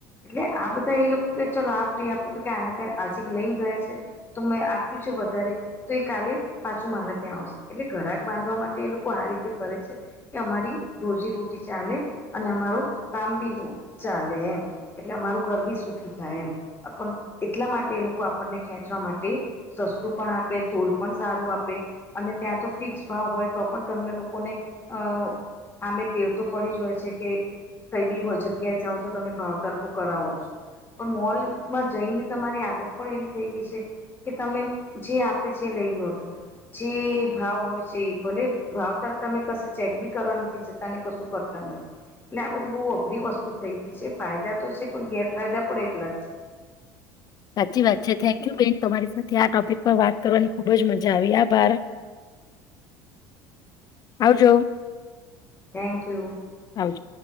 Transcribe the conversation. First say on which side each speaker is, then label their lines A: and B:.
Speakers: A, on the left; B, on the left.
A: એટલે આ બધા એ લોકો કે ચલો આ ફ્રી આપે તો કે આને ત્યારે આજી લઈને ગયા છે. તો મેં આપ્યું છે, વધારે તો એ કાલે પાછું મારે ત્યાં આવશે. એટલે ઘરાક બાંધવા માટે એ લોકો આ રીતે કરે છે. કે અમારી રોજીરોટી ચાલે અને અમારો કામ બી ચાલે એમ. એટલે અમારું ઘર બી સુખી થાય એમ એટલા માટે એ લોકો આપણને ખેંચવા માટે સસ્તું પણ આપે તોલ પણ સારું આપે અને ત્યાં તો ફિક્સ ભાવ હોય તો પણ તમને લોકોને અ અમે ટેવ તો પડી જ હોય છે કે કઈ બી હોય જગ્યાએ જાઓ તો તમે ભાવતાલ તો કરાવો જ પણ મોલમાં જઈને તમારી આદત પણ એવી થઈ ગઈ છે કે તમે જે આપે છે લઈ લો છો. જે ભાવ હોય છે ભલે ભાવ તાલ તમે કશે ચેક બી કરવા નથી જતા ને કશું કરતા નથી. એટલે આ બધી બહુ અઘરી વસ્તુ થઈ ગઈ છે ફાયદા તો છે પણ ગેરફાયદા પણ એટલા જ.
B: સાચી વાત છે થેન્કયુ બેન તમારી સાથે આ ટોપિક પર વાત કરવાની ખુબ જ મજા આવી આભાર. આવ જો.
A: થેન્ક યુ
B: આવ જો.